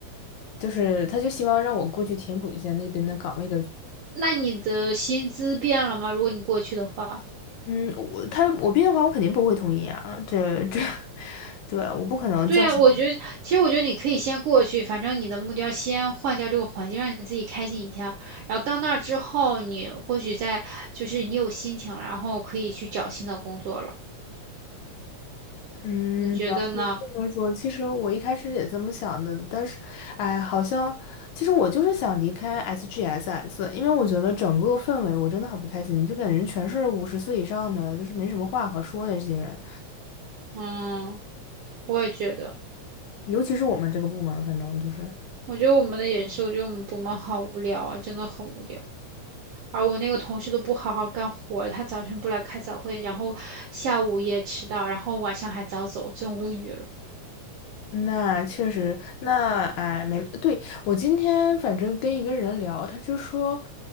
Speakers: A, on the left; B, on the right.
A: 就是他就希望让我过去填补一下那边的岗位的，
B: 那你的薪资变了吗？如果你过去的话。
A: 嗯，我他我变的话，我肯定不会同意啊，这这，<laughs> 对，我不可能降薪，
B: 对呀，我觉得，其实我觉得你可以先过去，反正你的目标先换掉这个环境，让你自己开心一下。然后到那儿之后，你或许再就是你有心情了，然后可以去找新的工作了。
A: 嗯。
B: 你觉得呢？
A: 就是说，其实我一开始也这么想的，但是，哎，好像其实我就是想离开 SGSS，因为我觉得整个氛围我真的很不开心，就感觉全是五十岁以上的，就是没什么话可说的这些人，
B: 嗯，我也觉得，
A: 尤其是我们这个部门，反正就是。
B: 我觉得我们的也是，我觉得我们部门好无聊啊，真的很无聊。而我那个同事都不好好干活儿他早晨不来开早会，然后下午也迟到，然后晚上还早走，真无语了。
A: 那确实，那哎，没，对，我今天反正跟一个人聊，他就说，